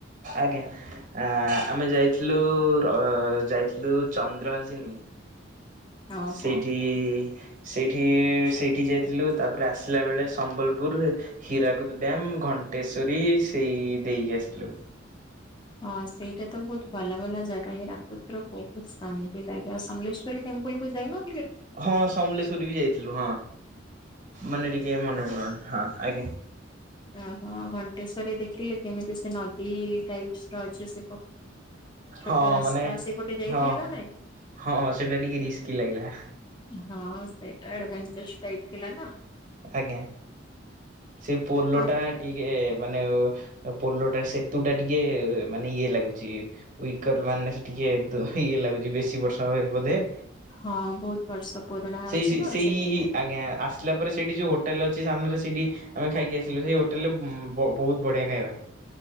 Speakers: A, on the right; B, on the left.
A: ଆଜ୍ଞା। ଆ ଆମେ ଯାଇଥିଲୁ ର ଯାଇଥିଲୁ ଚନ୍ଦ୍ରହାସିନୀ।
B: ଓହୋ
A: ସେଇଠି ସେଇଠି ସେଇଠି ଯାଇଥିଲୁ ତାପରେ ଆସିଲା ବେଳେ ସମ୍ବଲପୁରରେ ହୀରାକୁଦ ଡ୍ୟାମ ଘଣ୍ଟେଶ୍ଵରୀ ସେଇ ଦେଇକି ଆସିଲୁ।
B: ହଁ ସେଇଟା ତ ବହୁତ ଭଲ ଭଲ ଜାଗା ହୀରାକୁଦରେ ବହୁତ ଶାନ୍ତି ଲାଗେ ଆଉ ସମଲେଶ୍ୱରୀ ଟେମ୍ପଲକୁ ଯାଇନ।
A: ହଁ ସମଲେଶ୍ଵରୀ ବି ଯାଇଥିଲୁ ହଁ ମାନେ ଟିକେ ମନେ ପ <unintelligible> ହଁ ଆଜ୍ଞା।
B: ଓହୋ ଘଣ୍ଟେଶ୍ଵରୀ ଦେଖିଲେ କେମିତି ସେ ନଦୀ ଟାଇପସ ର ଅଛି ସେ ଛୋଟ
A: ହଁ
B: ରାସ୍ତା
A: ମାନେ
B: ସେପଟେ ଯାଇଥିଲେ
A: ହଁ
B: ନା ନାଇଁ।
A: ହଁ ସେଇଟା ଟିକେ ରିସ୍କି ଲାଗିଲା।
B: ହଁ ସେଇଟା ଆଡଭେଞ୍ଚରସ୍ ଟାଇପ୍ ଥିଲା ନା।
A: ଆଜ୍ଞା ସେ ପୋଲ
B: ଆଉ
A: ଟା ଟିକେ ମାନେ ପୋଲଟା ସେତୁ ଟା ଟିକେ ମାନେ ଇଏ ଲାଗୁଛି। <unintelligible> ମାନେ ଟିକେ ଦ ଇଏ ଲାଗୁଛି ବେଶୀ ବର୍ଷ ବୋଧେ।
B: ହଁ ବହୁତ ବର୍ଷ ପୁରୁଣା।
A: ସେଇ
B: ଅଛି
A: ସେଇ
B: ନା
A: ସେଇ
B: ସେଥିପାଇଁ।
A: ଆଜ୍ଞା ଆସ ଆସିଲା ପରେ ସେଇଠି ଯେଉଁ ହୋଟେଲ୍ ଅଛି ସାମ୍ନାରେ ସେଇଠି ଆମେ ଖାଇକି ଆସିଲୁ ସେଇ ହୋଟେଲରେ ବଅ ବହୁତ ବଢ଼ିଆ ଖାଇବା।